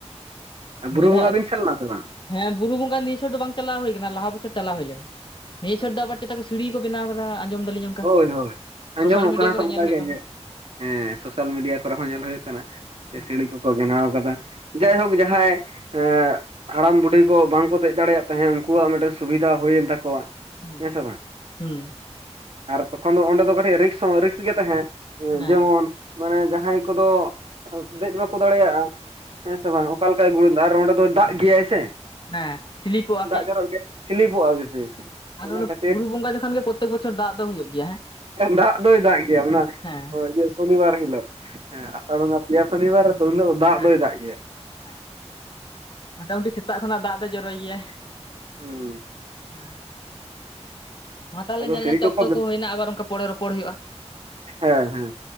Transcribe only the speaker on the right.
ᱵᱩᱨᱩ
ᱵᱚᱸᱜᱟ ᱵᱤᱱ ᱥᱮᱱ ᱞᱮᱱᱟ ᱥᱮ ᱵᱟᱝ?
ᱟᱪᱪᱷᱟ
ᱦᱳᱭ ᱦᱳᱭ ᱟᱸᱡᱚᱢᱚᱜ
ᱠᱟᱱᱟ
ᱛᱚ
ᱚᱝᱠᱟ
ᱜᱮ
ᱦᱮᱸ ᱥᱳᱥᱟᱞ ᱢᱤᱰᱤᱭᱟ ᱠᱚᱨᱮ ᱦᱚᱸ ᱧᱮᱞ ᱦᱩᱭᱩᱜ ᱠᱟᱱᱟ᱾
ᱥᱤᱲᱤ ᱠᱚᱠᱚ ᱵᱮᱱᱟᱣ ᱠᱟᱫᱟ ᱡᱟᱭᱦᱳᱠ
ᱡᱟᱦᱟᱸᱭ ᱦᱮᱸ ᱦᱟᱲᱟᱢ ᱵᱩᱰᱷᱤ ᱠᱚ ᱵᱟᱝᱠᱚ ᱫᱮᱡ ᱫᱟᱲᱮᱭᱟᱜ ᱛᱟᱦᱮᱸᱫ ᱩᱱᱠᱩᱣᱟᱜ ᱢᱤᱫᱴᱮᱱ ᱥᱩᱵᱤᱫᱷᱟ ᱦᱩᱭᱮᱱ ᱛᱟᱠᱚᱣᱟ᱾
ᱦᱮᱸ ᱥᱮ ᱵᱟᱝ
ᱟᱨ ᱛᱚᱠᱷᱚᱱ ᱫᱚ ᱚᱸᱰᱮ ᱫᱚ ᱠᱟᱹᱴᱤᱡ ᱨᱤᱠᱥ ᱦᱚᱸ ᱨᱤᱠᱥ ᱜᱮ ᱛᱟᱦᱮᱸ
ᱡᱮᱢᱚᱱ ᱢᱟᱱᱮ ᱡᱟᱦᱟᱸᱭ ᱠᱚᱫᱚ ᱫᱮᱡ ᱵᱟᱠᱚ ᱫᱟᱲᱮᱭᱟᱜᱼᱟ, ᱦᱮᱸᱥᱮ ᱵᱟᱝ ᱚᱠᱟ ᱞᱮᱠᱟᱭ ᱜᱚᱲᱫᱟ ᱟᱨ ᱚᱸᱰᱮ ᱫᱚ ᱫᱟᱜ ᱜᱮᱭᱟᱭ ᱥᱮ?
ᱫᱟᱜ
ᱡᱚᱨᱚᱜ ᱜᱮ ᱥᱤᱞᱤᱯᱚᱜᱼᱟ ᱵᱮᱥᱤ᱾
ᱤᱱᱟᱹ
ᱠᱷᱟᱹᱛᱤᱨ
ᱫᱟᱜ ᱫᱚᱭ ᱫᱟᱜ ᱜᱮᱭᱟ ᱚᱱᱟ
ᱤᱭᱟᱹ ᱥᱚᱱᱤᱵᱟᱨ ᱦᱤᱞᱳᱜ ᱦᱮᱸ ᱟᱥᱟᱲ ᱯᱮᱭᱟ ᱥᱚᱱᱤᱵᱟᱨ ᱨᱮ ᱛᱚ ᱩᱱᱦᱤᱞᱚᱜ ᱫᱟᱜ
ᱫᱚᱭ ᱫᱟᱜ ᱜᱮᱭᱟ᱾
ᱦᱩᱸ᱾
ᱟᱫᱚ
ᱥᱤᱲᱤ
ᱠᱚᱠᱚ
ᱦᱮᱸ ᱦᱮᱸ᱾